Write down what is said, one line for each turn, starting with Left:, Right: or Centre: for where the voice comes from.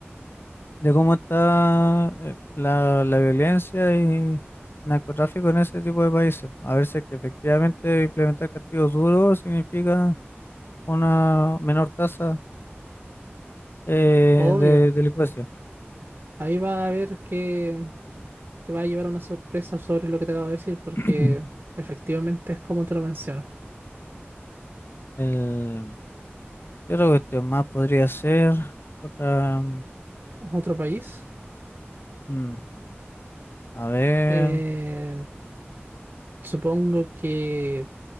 Left: de cómo está eh, la, la violencia y narcotráfico en ese tipo de países, a ver si es que efectivamente implementar castigos duros significa una menor tasa eh,
Right: Obvio.
Left: de delincuencia.
Right: Ahí va a haber que te va a llevar a una sorpresa sobre lo que te acabo de decir, porque
Left: <clears throat>
Right: efectivamente es como te lo mencionas.
Left: El, ¿qué otra cuestión más podría ser? Otra,
Right: Otro país.
Left: mm, a ver.
Right: eh, supongo que...